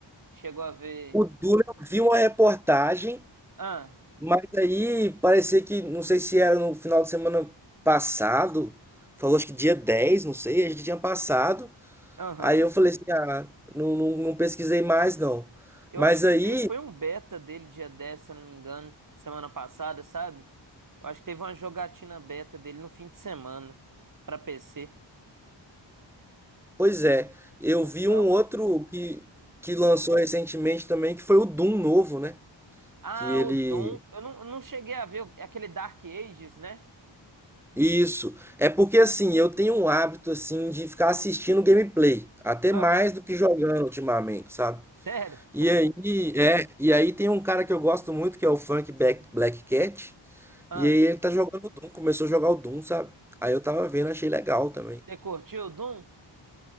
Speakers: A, on the right; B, in the centre.
A: Chegou a ver.
B: O Duna, eu vi uma reportagem,
A: Ah,
B: mas aí parecia que, não sei se era no final de semana passado, falou acho que dia 10, não sei, a gente tinha passado.
A: aham.
B: Aí eu falei assim, ah, não, não, não pesquisei mais não.
A: Eu
B: Mas
A: acho que
B: aí,
A: teve, foi um beta dele dia 10, se eu não me engano, semana passada, sabe? Eu acho que teve uma jogatina beta dele no fim de semana pra PC.
B: pois é, eu
A: Eu
B: vi
A: acho que Foi
B: um
A: algo
B: outro
A: assim.
B: que, que lançou recentemente também, que foi o Doom novo, né?
A: Ah,
B: Que ele...
A: o Doom. Eu não, eu não cheguei a ver. É aquele Dark Ages, né?
B: Isso. É porque assim, eu tenho um hábito assim de ficar assistindo gameplay, até
A: Aham.
B: mais do que jogando ultimamente, sabe?
A: Sério?
B: E
A: <laughs>
B: aí, é, e aí tem um cara que eu gosto muito, que é o Funk Black, Black Cat,
A: Ah,
B: e aí ele tá jogando Doom, começou a jogar o Doom, sabe? Aí eu tava vendo, achei legal também.
A: você curtiu o Doom?